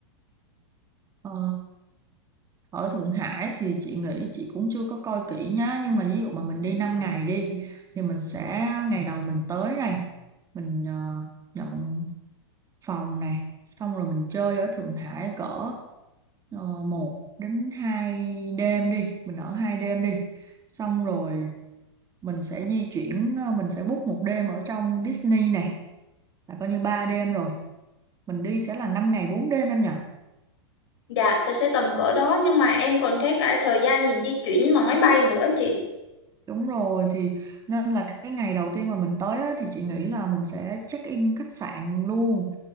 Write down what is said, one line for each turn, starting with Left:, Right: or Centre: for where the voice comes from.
Right: Ờ, Ở Thượng Hải thì chị nghĩ chị cũng chưa có coi kỹ nhá nhưng mà ví dụ mà mình đi 5 ngày đi thì mình sẽ ngày đầu mình tới này mình ờ, nhận phòng này xong rồi mình chơi ở Thượng Hải cỡ uh, 1 đến 2 đêm đi mình ở hai đêm đi xong rồi mình sẽ di chuyển ờ, mình sẽ book một đêm ở trong Disney này là coi như 3 đêm rồi mình đi sẽ là 5 ngày 4 đêm em nhỉ
Left: Dạ, ta sẽ tầm cỡ đó nhưng mà em còn thấy cả thời gian mình di chuyển bằng máy bay nữa chị.
Right: Đúng rồi thì nên là cái ngày đầu tiên mà mình tới á, thì chị nghĩ là mình sẽ check in khách sạn luôn